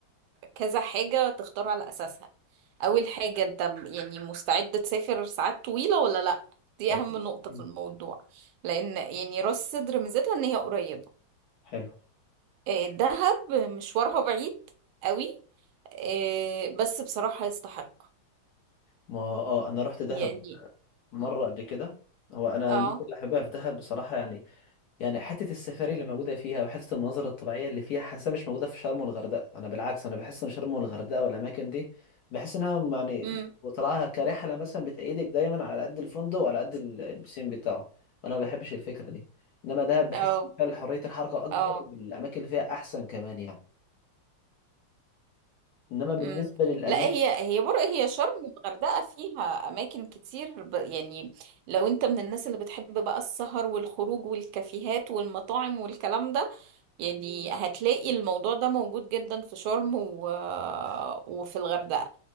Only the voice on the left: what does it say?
أكيد.
مم.
حلو
ما اه انا رحت دهب
مره قبل كده هو انا
يمكن اللي حاببها في دهب بصراحه يعني يعني حتة السفاري اللي موجودة فيها وحتة المناظر الطبيعية اللي فيها حاسة مش موجودة في شرم والغردقة أنا بالعكس أنا بحس إن شرم والغردقة والأماكن دي بحس إنها يعني
وطلعها كرحلة مثلا بتأيدك دايما على قد الفندق وعلى قد ال- البسين بتاعه وأنا ما بحبش الفكرة دي إنما ده بحس
إن فيها حرية الحركة أكبر
والأماكن اللي فيها أحسن كمان يعني إنما بالنسبة
للأماكن